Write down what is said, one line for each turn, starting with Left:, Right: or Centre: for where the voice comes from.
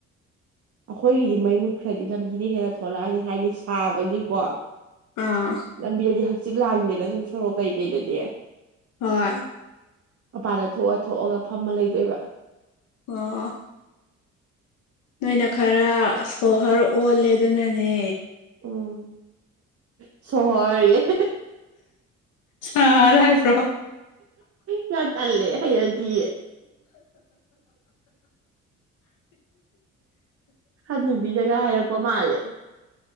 Right: ꯑꯩꯈꯣꯏꯒꯤꯗꯤ ꯃꯩ ꯃꯨꯠꯈ꯭ꯔꯗꯤ ꯂꯝꯕꯤꯗ ꯍꯦꯟꯅ ꯊꯣꯛꯂꯛꯑꯅꯤ ꯍꯥꯏꯕꯗꯤ ꯁꯥꯕꯒꯤꯀꯣ
Left: ꯑꯥ
Right: ꯂꯝꯕꯤꯗꯗꯤ ꯍꯛꯆꯤ ꯂꯥꯡꯗꯦꯅ ꯁꯨꯝ ꯁꯣꯔꯣꯛ ꯀꯩꯀꯩꯗꯗꯤ
Left: ꯍꯣꯏ
Right: ꯃꯄꯥꯟꯗ ꯊꯣꯛꯑ ꯊꯣꯛꯑꯒ ꯐꯝꯃ ꯂꯩꯗꯣꯏꯕ
Left: ꯑꯣ ꯅꯣꯏꯅ ꯈꯔ ꯁꯣꯍꯔ ꯑꯣꯜꯂꯦ ꯑꯗꯨꯅꯅꯦ
Right: ꯎꯝ ꯁꯍꯔꯌꯦ
Left: ꯑꯥ ꯂꯥꯏꯕ꯭ꯔꯣ
Right: ꯆ ꯆꯂꯦ ꯍꯥꯏꯖꯤ ꯑꯅꯕꯤ ꯖꯒ ꯍꯥꯏꯔꯛꯄ ꯃꯥꯜꯂꯦ